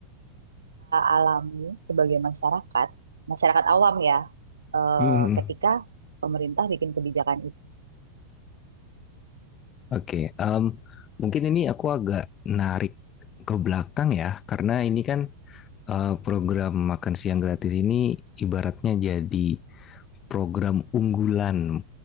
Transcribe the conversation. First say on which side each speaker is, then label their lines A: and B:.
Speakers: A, on the right (about 70°); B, on the left (about 30°).
A: alami sebagai masyarakat, masyarakat awam ya, eh,
B: Hmm,
A: ketika pemerintah bikin kebijakan itu?
B: Oke, em, mungkin ini aku agak narik ke belakang ya, karena ini kan eh, program makan siang gratis ini ibaratnya jadi program unggulan